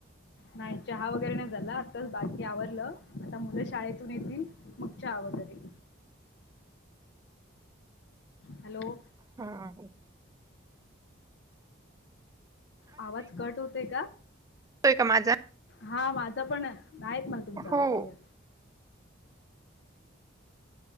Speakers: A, on the left (about 60°); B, on the right (about 15°).
A: नाही चहा वगैरे नाही झाला, आताच बाकी आवरलं आता मुलं शाळेतून येतील. मग चहा वगैरे, हॅलो.
B: हां..
A: आवाज कट होतोय का.
B: का माझा?
A: हा माझं पण नाही येत मला तुमचा आवाज
B: हो.
A: क्लिअर.